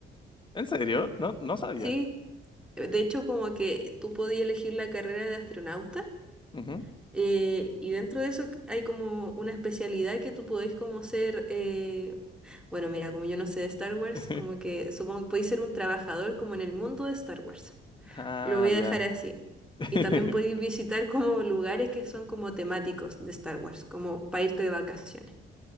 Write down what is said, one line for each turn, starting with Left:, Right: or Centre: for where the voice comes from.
Left: ¿En serio? No, no sabía.
Centre: Sí, eh, de hecho como que tú podías elegir la carrera de astronauta
Left: Ujú.
Centre: eh, y dentro de eso hay como una especialidad que tú podéis como ser, eh, bueno, mira, como yo no sé de Star Wars,
Left: <laughs>
Centre: como que supongo que podéis ser un trabajador como en el mundo de Star Wars.
Left: Ah,
Centre: Lo voy a
Left: ya.
Centre: dejar así.
Left: <laughs>
Centre: Y también podéis visitar como lugares que son como temáticos de Star Wars, como para irte de vacaciones.